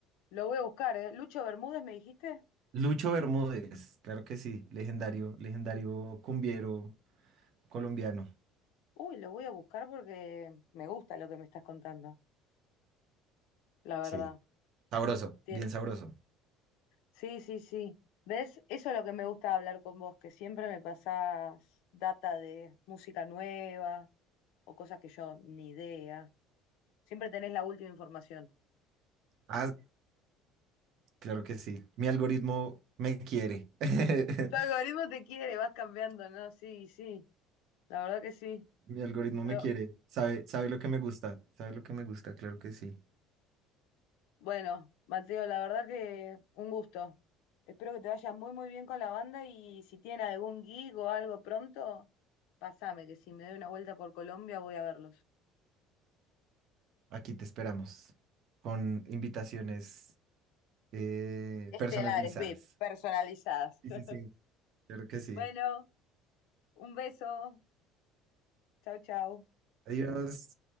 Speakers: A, on the left (about 75°); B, on the right (about 50°).
A: Lo voy a buscar, ¿eh? Lucho Bermúdez, ¿me dijiste?
B: Lucho Bermúdez, claro que sí, legendario, legendario cumbiero colombiano.
A: Uy, lo voy a buscar porque me gusta lo que me estás contando, la verdad.
B: Sí. Sabroso,
A: Tien-
B: bien sabroso.
A: Sí, sí, sí. ¿Ves? Eso es lo que me gusta hablar con vos, que siempre me pasás data de música nueva o cosas que yo ni idea. Siempre tenés la última información.
B: Ah, claro que sí. Mi algoritmo me quiere. <laughs>
A: Tu algoritmo te quiere, vas cambiando, ¿no? Sí, sí, la verdad que sí.
B: Mi algoritmo
A: Pero
B: me quiere. Sabe, sabe lo que me gusta. Sabe lo que me gusta, claro que sí.
A: bueno, Mateo, la verdad que un gusto. Espero que te vaya muy, muy bien con la banda y si tienen algún gig o algo pronto, pasame, que si me doy una vuelta por Colombia voy a verlos.
B: Aquí te esperamos con invitaciones eh,
A: Estelares,
B: personalizadas.
A: VIP, personalizadas.
B: Sí,
A: <laughs>
B: sí, sí. Claro que sí.
A: Bueno, un beso. Chau, chau.
B: Adiós.